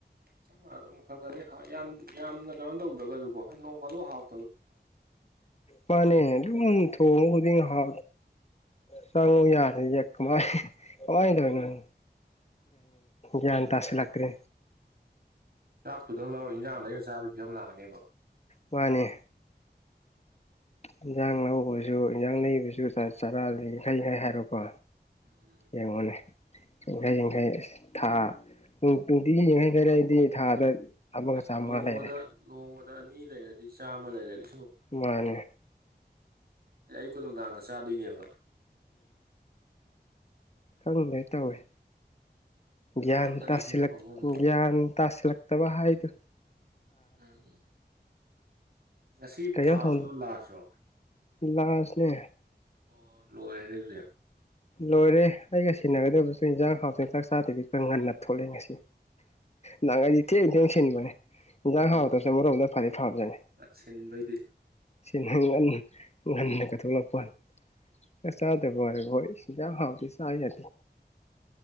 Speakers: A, on the right (about 60°); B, on the left (about 40°).
A: ꯆꯞ ꯃꯥꯟꯅ ꯈꯔ ꯈꯗꯤ ꯌꯥꯝꯅ ꯀꯩꯅꯣ ꯇꯧꯗ꯭ꯔꯒꯁꯨꯀꯣ ꯍꯣꯏ ꯅꯣꯡ ꯐꯥꯗꯣꯛ ꯍꯥꯎꯦ
B: ꯃꯥꯅꯦ ꯑꯗꯨꯝ ꯊꯣꯡꯉ ꯈꯨꯗꯤꯡ ꯍꯥ ꯁꯉꯨ ꯌꯥꯗ ꯌꯦ ꯀ ꯃꯥꯥꯏ ꯍ ꯑꯗꯨꯅꯨꯡ ꯭ꯌꯥꯟ ꯇꯁ ꯂꯥꯥꯛ꯭ꯔ
A: ꯇꯗꯪ ꯂꯧꯔ ꯏꯟꯖꯥꯡ ꯂꯩꯔ ꯆꯥꯕꯤꯁꯨ ꯌꯥꯝ ꯂꯥꯛꯑꯅꯦꯕ
B: ꯃꯥꯅꯦ ꯏꯟꯖꯥꯡ ꯂꯧꯕꯁꯨ ꯏꯟꯖꯥꯡ ꯂꯩꯩꯕꯁꯨ ꯆꯥꯔꯥꯗꯤ ꯌꯥꯡꯈꯩ ꯌꯥꯡꯈꯩ ꯍꯥꯏꯔꯣꯀꯣ
A: ꯎꯝ
B: ꯌꯦꯡꯉꯣꯅꯦ ꯌꯥꯡꯈꯩ ꯌꯥꯡꯈꯩ ꯑꯁ ꯊꯥ ꯅꯨꯡꯇꯤꯒꯤ ꯌꯥꯡꯈꯩ ꯈꯔꯗꯤ ꯊꯥꯗ ꯑꯃꯒ
A: ꯑꯁ
B: ꯆꯥꯝꯃꯉꯥ
A: ꯅꯣꯡꯃꯗ
B: ꯂꯩꯔꯦ
A: ꯅꯣꯡꯃꯗ ꯑꯅꯤ ꯂꯩꯔꯗꯤ ꯆꯥꯝꯃ ꯂꯩꯔꯗꯤ
B: ꯃꯥꯅꯦ
A: ꯑꯩ ꯑꯩ ꯀ ꯅꯨꯡꯗꯥꯡꯒ ꯆꯥꯗꯣꯏꯅꯦꯕ
B: ꯈꯪꯗ꯭ꯔꯦ ꯇꯧꯋꯦ
A: ꯊꯥ
B: ꯒ꯭ꯌꯥꯟ
A: ꯑꯝꯗ
B: ꯇꯥꯁꯤ
A: ꯂꯤꯁꯤꯡ ꯑꯍꯨꯝ
B: ꯒ꯭ꯌꯥꯟ ꯇꯥꯁꯤꯂꯛ ꯇꯕ ꯍꯥꯏꯥꯏꯗꯣ
A: ꯎꯝ ꯉꯁꯤ
B: ꯀꯩ
A: ꯐꯥꯥꯁꯂꯣ
B: ꯏꯟꯖꯥꯡ ꯊꯣꯡ
A: ꯂꯥꯁꯂꯣ
B: ꯂꯥꯁꯅꯦ
A: ꯑꯣ ꯂꯣ ꯑꯦꯔꯁꯨ
B: ꯂꯣꯏꯔꯦ ꯑꯩꯒ ꯁꯤꯦꯟꯅꯒꯗꯕꯁꯨ ꯏꯟꯖꯥꯡ ꯍꯥꯎꯇꯦ ꯆꯥꯛ ꯆꯥꯗꯕꯤ ꯀꯪ ꯍꯟꯅ ꯊꯣꯛꯂꯦ ꯉꯁꯤ ꯅꯍꯥꯟꯈꯩꯗꯤ ꯊꯦꯡ ꯇꯦꯡꯁꯤꯟꯕꯅꯦ
A: ꯑꯣ
B: ꯏꯟꯁꯥꯡ ꯍꯥꯎꯇꯕꯁꯦ ꯃꯣꯔꯣꯝꯗ ꯐꯗꯤ ꯐꯕꯖꯅꯤ
A: ꯁꯤꯟꯕꯩꯗꯤ
B: ꯁꯤꯒꯜ ꯉꯟꯅꯒꯊꯣꯛꯂꯄ ꯆꯥꯛ ꯆꯥꯗꯕ ꯑꯣꯏꯔꯒ ꯍꯣꯏ ꯌꯥ ꯍꯥꯎꯗꯤ ꯁꯥꯏ ꯌꯥ